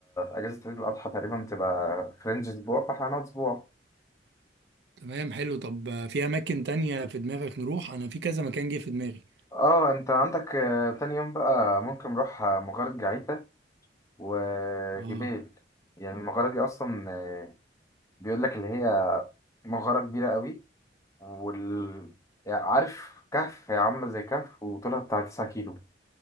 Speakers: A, on the left; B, on the right.
A: اجازه عيد الاضحى تقريبا بتبقى فرنج اسبوع فاحنا هنقعد اسبوع
B: تمام حلو طب آه، في أماكن تانية في دماغك نروح؟ أنا في كذا مكان جه في دماغي
A: اه انت عندك آه، تاني يوم بقى ممكن نروح آه، مغارة جعيتا وجبال
B: آه
A: يعني المغارة دي أصلا آه، بيقول لك اللي هي مغارة كبيرة قوي وال يعني عارف كهف هي عاملة زي كهف وطولها بتاع 9 كيلو